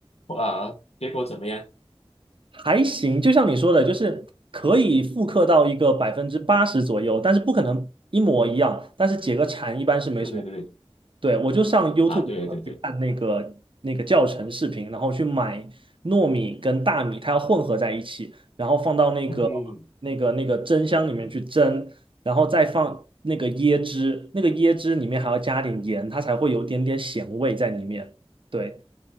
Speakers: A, on the left; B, on the right.
A: 啊，结果怎么样？
B: 还行，就像你说的，就是可以复刻到一个百分之八十左右，但是不可能一模一样。但是解个馋一般是没什么。
A: 对对对
B: 对，我就上 YouTube
A: 啊，对对对，
B: 去看那个那个教程视频，然后去买糯米跟大米，它要混合在一起，然后放到那个
A: 嗯哼，
B: 那个那个蒸箱里面去蒸，然后再放那个椰汁，那个椰汁里面还要加点盐，它才会有点点咸味在里面。对，